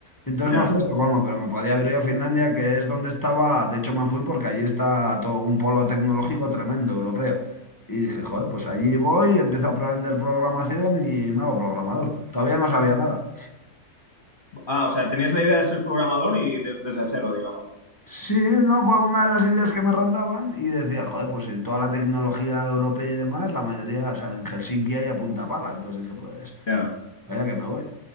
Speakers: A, on the left; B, on the left.
A: Entonces
B: ya.
A: me fui a Estocolmo, pero me podía haber ido a Finlandia, que es donde estaba, de hecho me fui porque allí está todo un polo tecnológico tremendo europeo. Y dije, joder, pues allí voy, empiezo a aprender programación y me hago programador. Todavía no sabía nada.
B: Ah, o sea, tenías la idea de ser programador y de- desde cero, digamos.
A: Sí, no, fue una de las ideas que me rondaban y decía, joder, pues si toda la tecnología europea y demás, la mayoría, o sea, en Helsinki hay a punta pala. Entonces dije, pues,
B: Ya.
A: vaya que me voy.